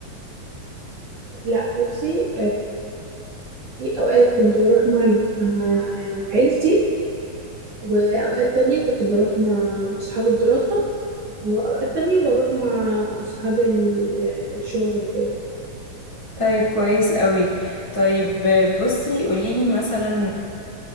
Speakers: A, on the right (about 60°); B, on the left (about 35°).
A: لا بصي في أوقات كنت بروح مع ال- مع عيلتي وأوقات تانية كنت بروح مع أصحاب الدراسة وأوقات تانية بروح مع أصحاب ال- الشغل وكده
B: طيب كويس قوي طيب بصي قوليلي مثلا